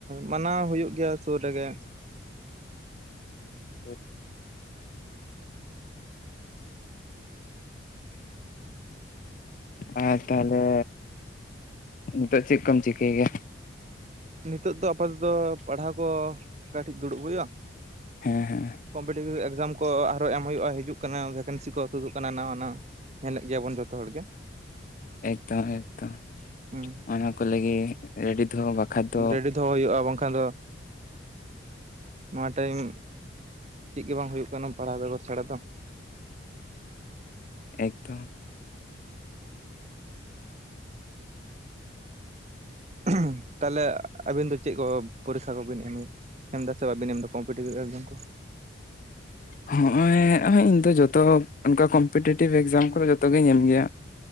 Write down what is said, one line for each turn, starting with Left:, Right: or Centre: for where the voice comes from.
Right: ᱢᱟᱱᱟᱣ ᱦᱩᱭᱩᱜ ᱜᱮᱭᱟ ᱥᱩᱨ ᱨᱮᱜᱮ᱾
Left: <unintelligible> <unintelligible> ᱟᱨ ᱛᱟᱦᱚᱞᱮ, ᱱᱤᱛᱚᱜ ᱪᱮᱫ ᱠᱚᱢ ᱪᱤᱠᱟᱹᱭ ᱜᱮᱭᱟ?
Right: ᱱᱤᱛᱚᱜ ᱫᱚ ᱟᱯᱟᱛᱚᱛᱚ ᱯᱟᱲᱦᱟᱣ ᱠᱚ ᱠᱟᱹᱴᱤᱡ ᱫᱩᱲᱩᱵ ᱦᱩᱭᱩᱜᱼᱟ᱾
Left: ᱦᱮᱸ ᱦᱮᱸ
Right: ᱠᱚᱢᱯᱤᱴᱤᱴᱤᱵᱷ ᱮᱠᱡᱟᱢ ᱠᱚ ᱟᱨᱦᱚᱸ ᱮᱢ ᱦᱩᱭᱩᱜᱼᱟ, ᱦᱤᱡᱩᱜ ᱠᱟᱱᱟ ᱵᱷᱮᱠᱮᱱᱥᱤ ᱠᱚ ᱛᱩᱫᱩᱜ ᱠᱟᱱᱟ ᱱᱟᱣᱟ ᱱᱟᱣᱟ᱾ ᱧᱮᱞᱮᱫ ᱜᱮᱭᱟ ᱵᱚᱱ ᱡᱚᱛᱚ ᱦᱚᱲ ᱜᱮ᱾
Left: ᱮᱠᱫᱚᱢ ᱮᱠᱫᱚᱢ᱾
Right: ᱦᱩᱸ
Left: ᱚᱱᱟ ᱠᱚ ᱞᱟᱹᱜᱤᱫ ᱨᱮᱰᱤ ᱫᱚᱦᱚ ᱵᱟᱠᱷᱟᱡ ᱫᱚ
Right: ᱨᱮᱰᱤ ᱫᱚᱦᱚ ᱦᱩᱭᱩᱜᱼᱟ ᱵᱟᱝᱠᱷᱟᱱ ᱫᱚ ᱱᱚᱣᱟ ᱴᱟᱭᱤᱢ ᱪᱤᱜ ᱜᱤ ᱵᱟᱝ ᱦᱩᱭᱩᱜ ᱠᱟᱱᱟ ᱯᱟᱲᱦᱟᱣ ᱵᱮᱜᱚᱨ ᱪᱷᱟᱲᱟ ᱫᱚ᱾
Left: ᱮᱠᱫᱚᱢ᱾
Right: ᱚᱸ ᱛᱟᱦᱚᱞᱮ ᱟᱹᱵᱤᱱ ᱫᱚ ᱪᱮᱜ ᱠᱚ ᱯᱚᱨᱤᱠᱷᱟ ᱠᱚᱵᱤᱱ ᱮᱢᱮᱭᱟ? ᱮᱢ ᱫᱟᱥᱮ ᱵᱟᱹᱵᱤᱱ ᱮᱢ ᱫᱟ ᱠᱚᱢᱯᱤᱴᱤᱵᱽ ᱮᱠᱡᱟᱢ ᱠᱚ?
Left: ᱦᱚᱸᱜᱼᱚᱭ ᱤᱧ ᱫᱚ ᱡᱚᱛᱚ ᱚᱱᱠᱟ ᱠᱚᱢᱯᱤᱴᱤᱮᱴᱤᱵᱷ ᱮᱠᱡᱟᱢ ᱠᱚ ᱡᱚᱛᱚ ᱜᱤᱧ ᱮᱢ ᱜᱮᱭᱟ᱾